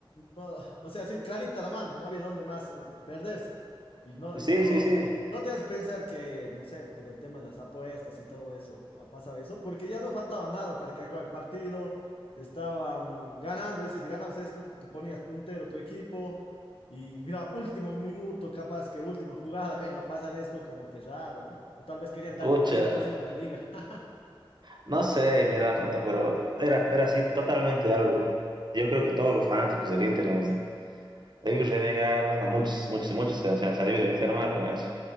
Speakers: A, on the left; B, on the right.
A: no, <laughs> o sea, sí, clarita la mano, no había dónde más eh, perderse. Y no,
B: Sí,
A: y no,
B: sí, sí.
A: no te vas a pensar que, no sé, por el tema de las apuestas y todo eso, ha pasado eso, porque ya no faltaba nada para que acabe el partido. Estaban ganando, dices, si ganabas esto, te ponías puntero tu equipo. Y mira, último minuto, capaz que última jugada, <laughs> venga, a pasar esto, como que raro, ¿no? O tal vez querían darle
B: Pucha,
A: más emoción a la liga. <laughs>
B: No sé, mira, puta, pero era, era así totalmente algo. Yo creo que todos los fanáticos del Inter hemos debido renegar, a muchos, muchos, muchos se, se- se han debido enfermar con eso.